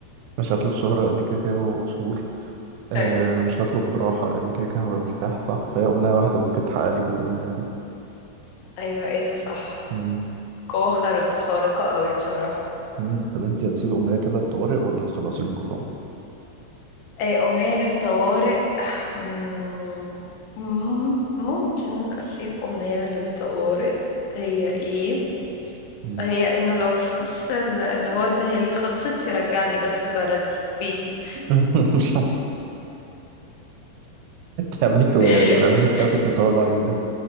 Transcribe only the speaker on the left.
ايوه
ايوه ايه ده صح
قوة خار- خارقة قوي بصراحة
ايه امنية للطوارئ مم، مم، ممكن اسيب امنية للطوارئ هي ايه
هي انه لو فلوس ال- اللي هو اداها لي خلصت يرجعني بس بلدي بيتي
<laughs>